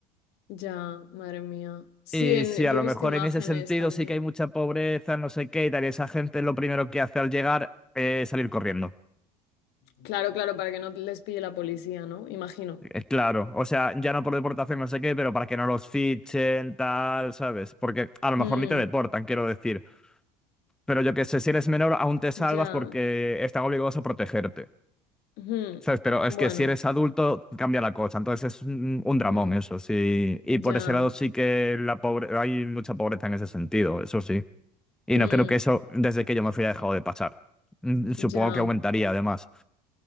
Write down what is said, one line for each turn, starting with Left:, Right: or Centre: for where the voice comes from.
Left: ya, madre mía. Sí,
Centre: Y
Left: en,
Centre: sí, a
Left: yo
Centre: lo
Left: he visto
Centre: mejor
Left: imágenes
Centre: en ese sentido
Left: también.
Centre: sí que hay mucha pobreza, no sé qué, y tal, y esa gente lo primero que hace al llegar es salir corriendo.
Left: Claro, claro, para que no les pille la policía, ¿no? Imagino.
Centre: Eh, Claro, o sea, ya no por deportación, no sé qué, pero para que no los fichen, tal, ¿sabes? Porque a lo mejor
Left: Mm,
Centre: ni te deportan, quiero decir. Pero yo que sé, si eres menor, aún te salvas
Left: ya.
Centre: porque están obligados a protegerte,
Left: Ujú,
Centre: ¿sabes? Pero
Left: Bueno,
Centre: es que si eres adulto, cambia la cosa. Entonces es un, un dramón
Left: mm,
Centre: eso, sí. Y por
Left: ya.
Centre: ese lado sí que la pobre... hay mucha pobreza en ese sentido, eso sí. Y
Left: Mm.
Centre: no creo que eso, desde que yo me fui, haya dejado de pasar. Mm, Supongo
Left: Ya,
Centre: que aumentaría, además.